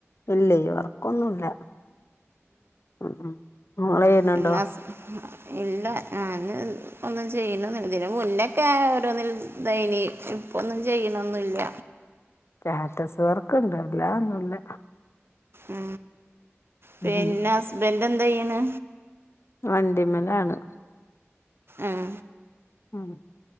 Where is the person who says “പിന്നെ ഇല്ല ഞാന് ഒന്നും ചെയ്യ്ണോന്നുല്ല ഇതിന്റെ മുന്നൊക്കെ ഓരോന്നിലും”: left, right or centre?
Right